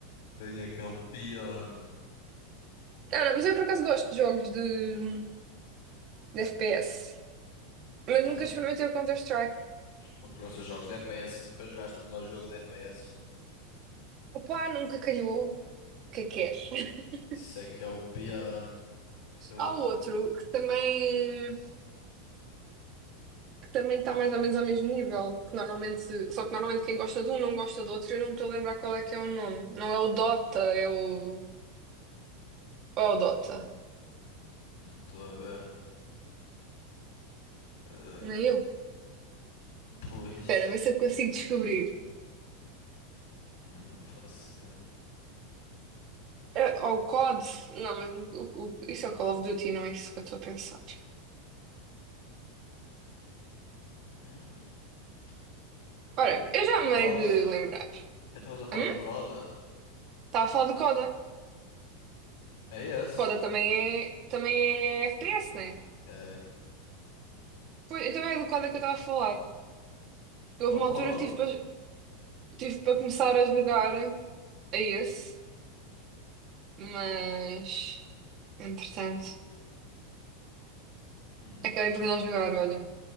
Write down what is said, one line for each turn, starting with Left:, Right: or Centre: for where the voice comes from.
Left: é que é o pior, meu.
Right: Cara, mas eu por acaso gosto de jogos de, de FPS, mas
Left: Então,
Right: nunca
Left: já-
Right: experimentei o Counter-Strike.
Left: quando gostas de jogos de FPS e nunca jogaste o melhor jogo de FPS.
Right: Opa, nunca calhou. O que é que queres? <laughs>
Left: Isso é que é o pior. Fuck.
Right: Há outro que também que também está mais ou menos ao mesmo nível, que normalmente, só que normalmente quem gosta de um não gosta do outro, e eu não me estou a lembrar qual é que é o nome. Não é o Dota, é o ou é o Dota.
Left: Não estou a ver. Eh,
Right: Nem eu.
Left: pois,
Right: Espera, vê se eu consigo descobrir.
Left: mas não faço ideia.
Right: É, ou o COD. Não, mas o- o- o- isso é o Call of Duty, não é isso que eu estou a pensar.
Left: Hum, hum, hum. hum.
Right: Ora, eu já
Left: O Coda?
Right: me hei de lembrar.
Left: Eu Estavas a falar
Right: Hum?
Left: do Coda?
Right: Está a falar do COD. é?
Left: É esse?
Right: Coda também é, também é FPS, né?
Left: É. é.
Right: Pois, então é do Coda que eu estava a falar.
Left: Só
Right: Houve uma
Left: pode?
Right: altura que tive para tive para começar a jogar a esse, mas entretanto,
Left: Hum,
Right: acabei por
Left: tá.
Right: não jogar, olha.